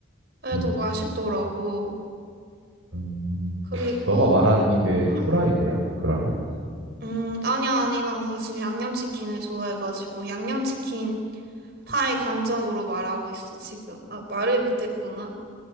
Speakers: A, on the right; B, on the right.
A: 그래도
B: 음,
A: 맛있더라고.
B: 음.
A: 그리고
B: 너가 말한 게
A: 음,
B: 후라이드야? 그러면?
A: 음, 아니야, 아니, 난 사실 양념치킨을 좋아해가지고, 양념치킨 파의 관점으로 말하고 있어, 지금. 아, 말을 못했구나.